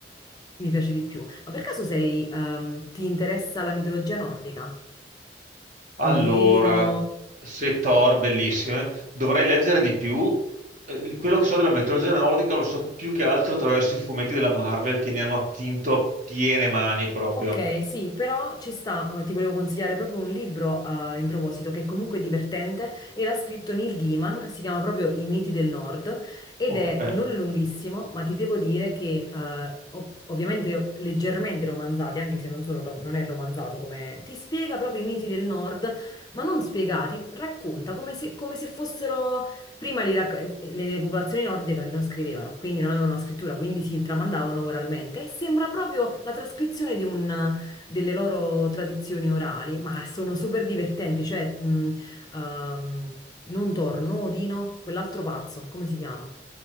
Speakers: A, on the left (about 25°); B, on the right (about 45°).
A: mi piace di più. Ma per caso sei, ehm, ti interessa la mitologia nordica?
B: Allora,
A: Odino?
B: se Thor, bellissime, dovrei leggere di più. Eh, Quello che so della mitologia nordica lo so più che altro attraverso i fumetti della Marvel che ne hanno attinto a piene mani proprio.
A: Ok, sì, però ci sta, eh, ti volevo consigliare proprio un libro eh, in proposito che è comunque divertente e l'ha scritto Neil Gaiman, si chiama proprio I miti del Nord ed
B: Ok.
A: è non lunghissimo, ma ti devo dire che eh, ov- ovviamente leggermente romanzati, anche se non, sono rom- non è romanzato come... ti spiega proprio i miti del Nord, ma non spiegati, racconta come se, come se fossero Prima li racc- le, le popolazioni nordiche non scrivevano, quindi non avevano una scrittura, quindi si tramandavano oralmente e sembra proprio la trascrizione di un- delle loro tradizioni orali, ma sono super divertenti, cioè mh, ehm, non torno, Odino, quell'altro pazzo, come si chiama?